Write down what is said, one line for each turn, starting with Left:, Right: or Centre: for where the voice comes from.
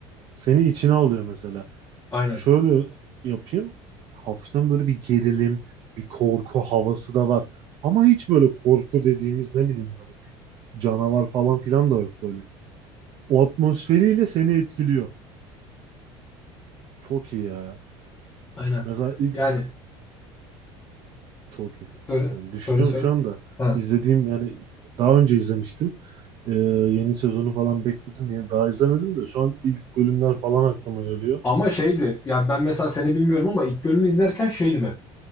Right: seni içine alıyor mesela.
Left: Aynen.
Right: Şöyle yapayım. Hafiften böyle bir gerilim, bir korku havası da var. Ama hiç böyle korku dediğimiz ne bileyim böyle bir canavar falan filan da yok böyle. O atmosferiyle seni etkiliyor. Çok iyi ya.
Left: Aynen.
Right: Mesela ilk
Left: Yani
Right: çok iyi.
Left: söyle
Right: Yani düşünüyorum
Left: söyle söyle.
Right: şu anda.
Left: Ha.
Right: İzlediğim yani daha önce izlemiştim. Ee, yeni sezonu falan bekledim. Yani daha izlemedim de şu an ilk bölümler falan aklıma geliyor.
Left: Ama şeydi. Yani ben mesela seni bilmiyorum ama ilk bölümü izlerken şeydim hep.